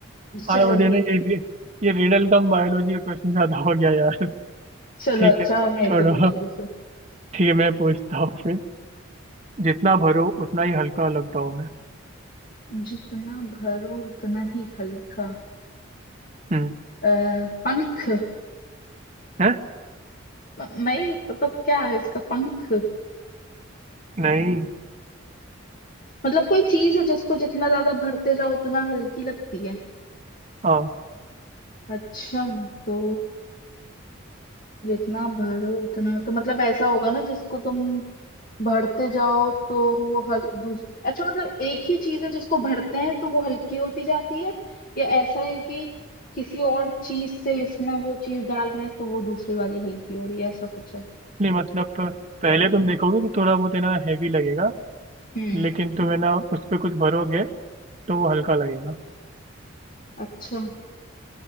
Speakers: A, on the right (about 30°); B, on the left (about 40°).
A: हाँ
B: चलो
A: मुझे
B: ठीक
A: ना ये
B: है
A: भी ये रिडल कम बायोलॉजी का क्वेश्चन ज्यादा हो गया यार
B: चलो
A: ठीक
B: अच्छा
A: है
B: मेरे
A: छोड़ो
B: से पूछो
A: ठीक है मैं पूछता हूँ फिर जितना भरो उतना ही हल्का लगता हूँ मैं
B: जितना भरो उतना ही हल्का
A: हम्म
B: अ, पंख
A: है
B: प- नहीं मतलब क्या है इसका पंख
A: नहीं
B: मतलब कोई चीज है जिसको जितना ज्यादा भरते जाओ उतना हल्की लगती है
A: हाँ
B: अच्छा तो जितना भरो उतना तो मतलब ऐसा होगा ना जिसको तुम भरते जाओ तो वो हल दूसरे अच्छा मतलब एक ही चीज है जिसको भरते हैं तो वो हल्की होती जाती है या ऐसा है कि किसी और चीज से इसमें वो चीज डाल रहे हैं तो वो दूसरी वाली हल्की हो रही है ऐसा कुछ है
A: नहीं मतलब पहले तुम देखोगे तो थोड़ा बहुत है ना हैवी लगेगा
B: हम्म
A: लेकिन तुम है ना उस पर कुछ भरोगे तो वो हल्का लगेगा
B: अच्छा